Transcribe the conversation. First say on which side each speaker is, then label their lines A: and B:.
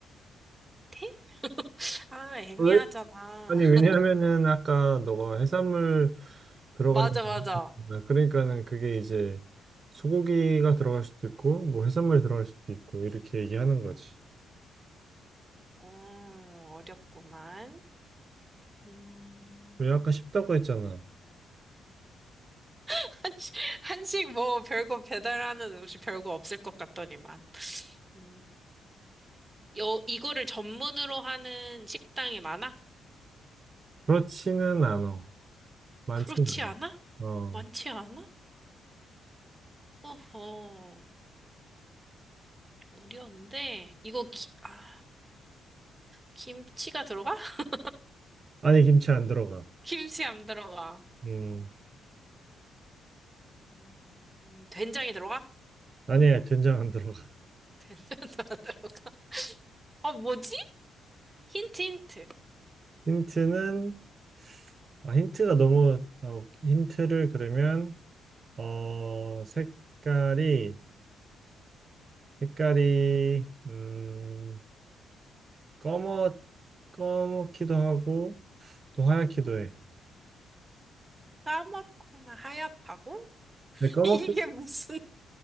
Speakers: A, on the right; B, on the right.
A: 돼? 아, 애매하잖아.
B: 왜? 아니, 왜냐면은
A: <laughs>
B: 아까 너가 해산물 들어가냐고
A: 맞아, 맞아.
B: 물어봤잖아. 그러니까는 그게 이제 소고기가 들어갈 수도 있고 뭐 해산물 들어갈 수도 있고 이렇게 얘기하는 거지.
A: 음, 어렵구만. 음,
B: 왜 아까 쉽다고 했잖아.
A: <laughs> 한식, 한식 뭐 별거 배달하는 음식 별거 없을 것 같더니만. 음, 요, 이거를 전문으로 하는 식당이 많아?
B: 그렇지는 않아. 많지는
A: 그렇지
B: 않아.
A: 않아?
B: 어.
A: 많지 않아? 어허, 어려운데. 이거 기, 아, 김치가 들어가? <laughs>
B: 안에 김치 안 들어가.
A: 김치 안 들어가.
B: 음.
A: 음, 된장이 들어가?
B: 니야 된장 안 들어가.
A: <laughs> 된장도 안 들어가. 아, 뭐지? 힌트, 힌트.
B: 힌트는, 아, 힌트가 너무, 아, 힌트를 그러면, 어, 색깔이, 색깔이, 음, 검어, 검기도 하고, 또 하얗기도 해.
A: 까맣거나 하얗다고? <laughs>
B: 근데 검어,
A: 이게 무슨